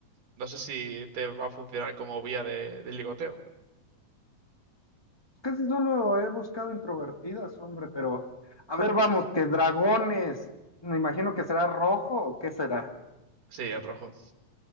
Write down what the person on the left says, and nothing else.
Casi solo he buscado introvertidas, hombre, pero... A ver, vamos, que dragones. Me imagino que será rojo o qué será.